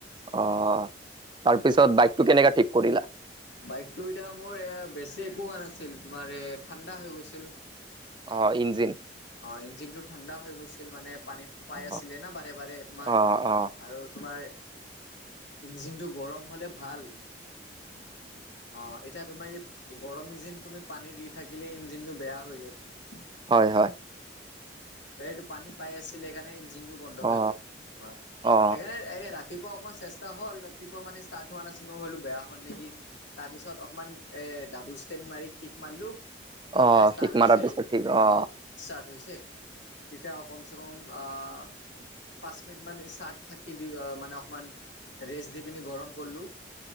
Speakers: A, on the right (about 25°); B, on the left (about 85°).
A: অ'
B: উম
A: তাৰপিছত
B: উম
A: বাইক টো কেনেকা ঠিক কৰিলা?
B: বাইকটো এতিয়া মোৰ এ বেছি একো হোৱা নাছিল। তোমাৰ এ ঠাণ্ডা হৈ গৈছিল।
A: অ ইঞ্জিন?
B: অ ইঞ্জিন টো ঠাণ্ডা হৈ গৈছিল, মানে পানীটো পায়
A: অ
B: আছিলে না বাৰে বাৰে তোমাৰ।
A: অ অ
B: আৰু তোমাৰ ইঞ্জিনটো গৰম হ'লে ভাল। অ' এতিয়া তোমাৰ এই গৰম ইজিন তুমি পানী দি থাকিলে ইঞ্জিন টো বেয়া হৈ যায়।
A: হয়, হয়।
B: অ'এইটো পানী পাই আছিলে সেইকাৰণে ইঞ্জিনটো বন্ধ হৈ
A: অ
B: গ'ল, তোমাৰ।
A: অ
B: সেইকাৰণে এই ৰা ৰাতিপুৱা অকণ চেষ্টা হ'ল, ৰাতিপুৱা মানে ষ্টাৰ্ট হোৱা নাছিল মই ভাবিলো বেয়া হ'ল নেকি। তাৰ পিছত অকমান এ ডাবুল ষ্টেন মাৰি কিক মাৰিলো। তেতিয়া
A: অ
B: ষ্টাৰ্ট
A: কিক
B: হৈছে,
A: মাৰাৰ পিছত ঠিক অ
B: অঁ। ষ্টাৰ্ট হৈছে, তেতিয়া কমচেকম আহ'। পাঁচ মিনিট মান চাৰ্ট থাকি দি মানে অকমান- ৰেচ দি পিনি গৰম কৰলো।